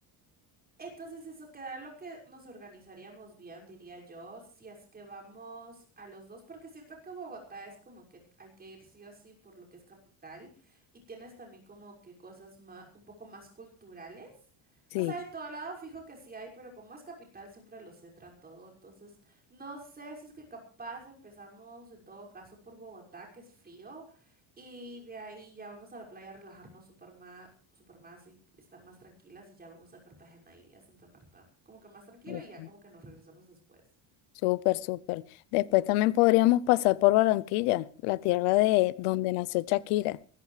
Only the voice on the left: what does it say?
Sí,
ok.
súper, súper. Después también podríamos pasar por Barranquilla, la tierra de
donde nació Shakira.